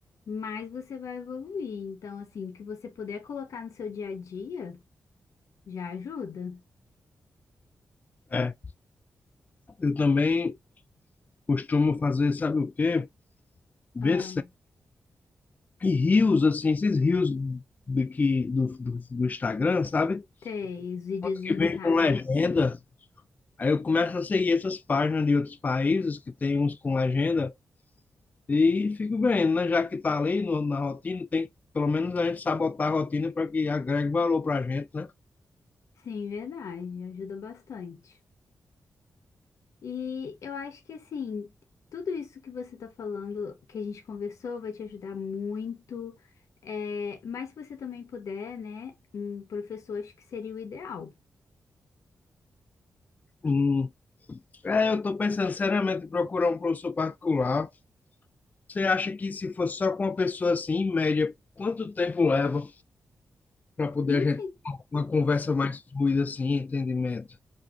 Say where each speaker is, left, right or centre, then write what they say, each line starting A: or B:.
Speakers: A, on the left; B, on the left.
A: mais você vai evoluir. Então, assim, o que você puder colocar no seu dia a dia. Já ajuda?
B: É, eu também costumo fazer, sabe o quê? Ver
A: Ah,
B: E rios, assim, esses rios do, que, do, do, do Instagram, sabe?
A: ter os videozinhos
B: Uns que vem
A: rápidos.
B: com legenda. Aí eu começo a seguir essas páginas de outros países que tem uns com legenda e fico vendo, né? Já que tá ali no, na rotina, tem pelo menos a gente sabotar a rotina para que agregue valor para a gente, né?
A: Sim, verdade, ajuda bastante. E eu acho que assim, tudo isso que você tá falando, que a gente conversou, vai te ajudar muito. É, mas se você também puder, né, um professor, acho que seria o ideal.
B: Hum. É, eu estou pensando seriamente em procurar um professor particular. Você acha que se fosse só com uma pessoa assim, em média, quanto tempo leva para poder
A: Não
B: a gente
A: tem
B: ter uma conversa mais fluida assim, entendimento?